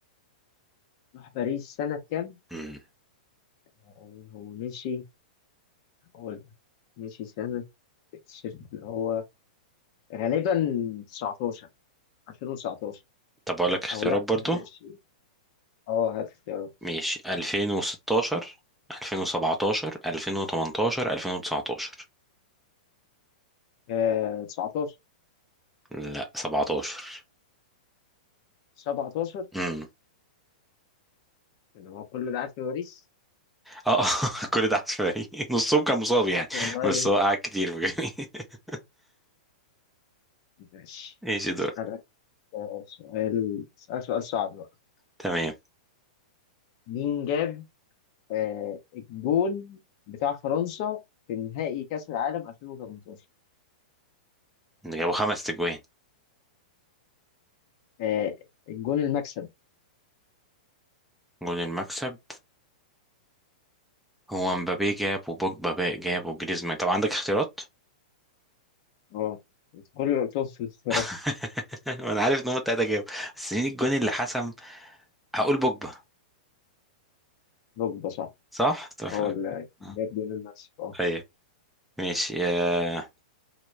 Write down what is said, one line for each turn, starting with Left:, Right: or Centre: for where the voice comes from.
Left: راح باريس سنة كام؟
Centre: مم.
Left: آه، هو مشي هو مشي سنة التيشيرت اللي هو غالبا 19 2019
Centre: طب اقول لك اختيارات
Left: او لا
Centre: برضو
Left: ممكن 20 اه هات اختيارات
Centre: ماشي 2016 2017 2018 2019
Left: آه 19
Centre: لا 17
Left: 17
Centre: امم
Left: اللي هو كل ده قاعد في باريس
Centre: اه <laughs> كل ده عشوائي <laughs> نصهم كان مصاب يعني
Left: فاكر والله
Centre: بس هو قعد كتير بجد <laughs>
Left: ماشي
Centre: ماشي دور
Left: اسالك آه، سؤال اسالك سؤال صعب بقى
Centre: تمام
Left: مين جاب آه الجون بتاع فرنسا في نهائي كأس العالم 2018
Centre: جابوا خمس تجوان
Left: آه الجون المكسب
Centre: جول المكسب هو مبابي جاب وبوجبا بقى جاب وجريزمان طب عندك اختيارات
Left: اه كل اللي قلتهم في الاختيارات
Centre: <laughs> وانا عارف ان هم التلاته جابوا بس مين الجون اللي حسم هقول بوجبا
Left: دوك ده صح
Centre: صح طب
Left: هو اللي كان
Centre: آه،
Left: جاب جون المكسب اه
Centre: ايوه ماشي آه،